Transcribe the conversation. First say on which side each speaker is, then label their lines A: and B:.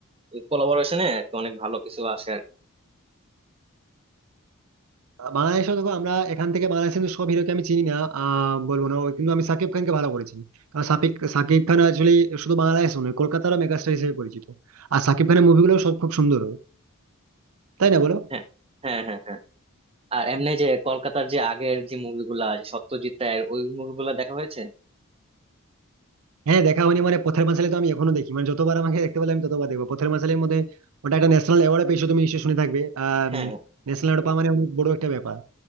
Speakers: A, on the right; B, on the right.
A: এই কোলাবোরেশনে অনেক ভালো কিছু আসে আর কি।
B: বাংলাদেশে দেখো আমরা এখান থেকে বাংলাদেশের কিন্তু সব হিরোকে আমি চিনি না আহ বলবো না ওই কিন্তু আমি সাকিব খানকে ভালো করে চিনি কারণ সাকিব সাকিব খান আসলে শুধু বাংলাদেশ নয় কলকাতারও মেগাস্টার হিসেবে পরিচিত আর সাকিব খানের মুভিগুলো সব খুব সুন্দর হয় তাই না বলো
A: হ্যাঁ হ্যাঁ হ্যাঁ হ্যাঁ আর এমনি যে কলকাতার যে আগের যে মুভিগুলা সত্যজিৎ রায়ের ওই মুভিগুলা দেখা হয়েছে
B: হ্যাঁ দেখা হয়নি মানে পথের পাঁচালী তো আমি এখনো দেখি মানে যতবার আমাকে দেখতে পেলে আমি ততবার দেখবো পথের পাঁচালীর মধ্যে ওটা একটা ন্যাশনাল অ্যাওয়ার্ড পেয়েছো তুমি নিশ্চয়ই শুনে থাকবে আহ
A: হ্যাঁ
B: ন্যাশনাল অ্যাওয়ার্ড পাওয়া মানে অনেক বড় একটা ব্যাপার